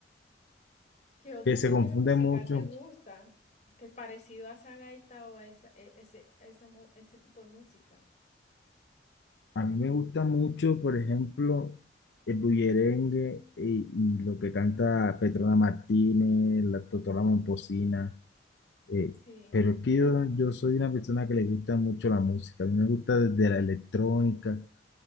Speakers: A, on the left; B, on the left.
A: ¿Qué otro
B: que se
A: género
B: confunde
A: musical
B: mucho
A: te gusta? Que es parecido a esa gaita o a esa- e- ese, esa mu- ese tipo de música.
B: A mí me gusta mucho, por ejemplo, el bullerengue y, y lo que canta Petrona Martínez, la Totola Momposina. eh,
A: Sí.
B: pero es que yo, yo soy una persona que le gusta mucho la música. A mí me gusta desde la electrónica